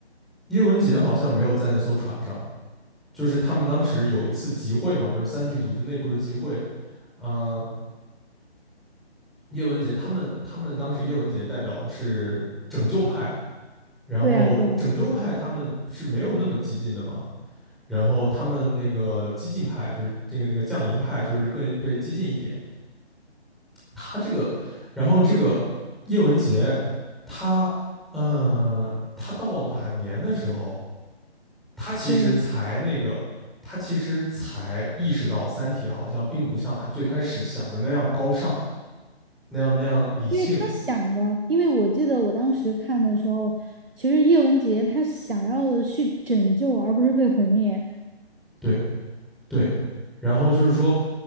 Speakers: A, in the centre; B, on the right.
A: 叶文洁好像没有在那艘船上。就是他们当时有一次集会嘛，就是三体组织内部的集会，呃，叶文洁他们他们当时叶文洁代表的是拯救派，然后拯救派他们是没有那么激进的嘛，
B: 对啊，对啊，
A: 然后他们那个激进派就是这个那个降临派就是更被激进一点，他这个，然后这个叶文洁他，呃，他到了晚年的时候。他其实才那个，
B: 对，
A: 他其实才意识到《三体》好像并不像他最开始想的那样高尚，那样那样理性。
B: 因为他想的，因为我记得我当时看的时候，其实叶文洁她想要的是拯救，而不是被毁灭。
A: 对对，然后就是说，